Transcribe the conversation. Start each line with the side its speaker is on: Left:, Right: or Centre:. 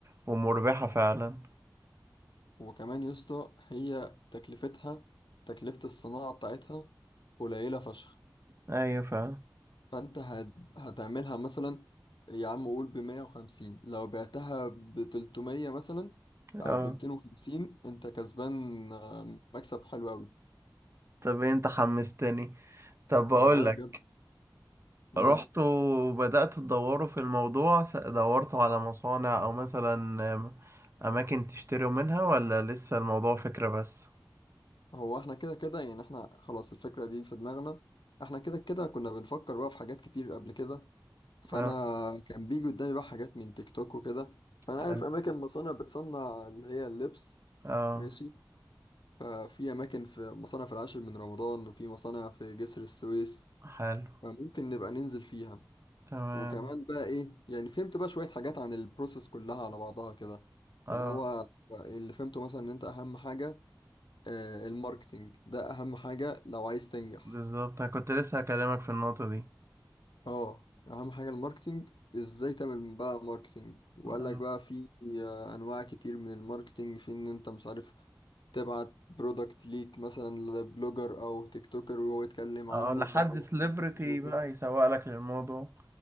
Right: ومربحة فعلا
Left: وكمان يسطا هي تكلفتها تكلفة الصناعة بتاعتها قليلة فشخ
Right: أيوة فعلا
Left: فانت هت... هتعملها مثلا يا عم قول ب 150 لو بعتها ب 300 مثلا او
Right: اه
Left: ب 250 انت كسبان آه، مكسب حلو قوي
Right: طب إيه، انت حمستني طب بقولك
Left: والله بجد امم
Right: رحتوا وبدأتوا تدوروا في الموضوع س- دورتوا على مصانع أو مثلا آم، أماكن تشتروا منها ولا لسه الموضوع فكرة بس؟
Left: هو احنا كده كده يعني احنا خلاص الفكرة دي في دماغنا احنا كده كده كنا بنفكر بقى في حاجات كتير قبل كده فانا
Right: اه
Left: كان بيجي قدامي بقى حاجات من تيك توك وكده فانا
Right: حلو
Left: عارف اماكن مصانع بتصنع اللي هي اللبس
Right: اه
Left: ماشي ففي اماكن في مصانع في العاشر من رمضان وفي مصانع في جسر السويس
Right: حلو
Left: فممكن نبقى ننزل فيها
Right: تمام
Left: وكمان بقى ايه يعني فهمت بقى شوية حاجات عن البروسيس كلها على بعضها كده
Right: اه
Left: اللي هو اللي فهمته مثلا ان انت اهم حاجة آه، الماركتينج ده اهم حاجة لو عايز تنجح
Right: بالظبط أنا كنت لسه هكلمك في النقطة دي
Left: اه اهم حاجة الماركتينج ازاي تعمل بقى ماركتينج وقال
Right: اه
Left: لك بقى في آه، انواع كتير من الماركتينج في ان انت مش عارف تبعت برودكت ليك مثلا لبلوجر او تيك توكر وهو يتكلم
Right: اه
Left: عنه
Right: لحد
Left: فهو
Right: سليبرتي
Left: الناس تشوفه
Right: بقى يسوق لك للموضوع